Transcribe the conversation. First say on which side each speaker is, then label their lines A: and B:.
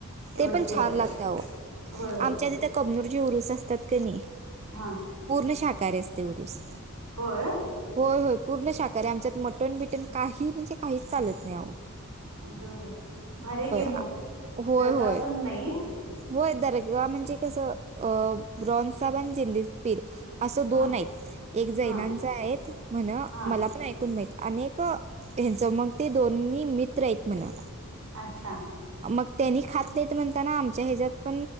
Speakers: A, on the right; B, on the right.
A: एवढच
B: ते पण
A: फरक
B: छान लागतं
A: आहे
B: आमच्या
A: होय होय
B: तथं कमनूरजी उरुस असतात क नाही
A: हा
B: पूर्ण शाकाहारी असते उरुस
A: होय
B: होय होय पूर्ण शाकाहारी आमच्यात मटण बिटन काही म्हणजे काहीच चालत नाही आहेहो
A: अ गव आहे भार की
B: आ
A: मग
B: होय
A: दर्गासून
B: होय
A: नाही
B: होय दरा म्हणजे कसं अ ब्रॉन साब आणि जि पीर असं दोन
A: हा
B: आहेत एक जैनांचा
A: हा
B: आहेत म्हण
A: हा
B: मला ण ऐकून माह आणि हच मग ते दोन्ही मित्र आहेत म्हण
A: अच्छा
B: मग त्यांनी खात नाहीत म्हणताना आमच्या ह्याच्यात पण